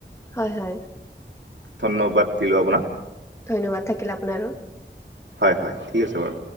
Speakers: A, on the left; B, on the right.
A: হয়, হয়।
B: ধন্যবাদ দিলো আপোনাক।
A: ধন্যবাদ থাকিল আপোনাৰো
B: হয়, হয়। ঠিক আছে বাৰু।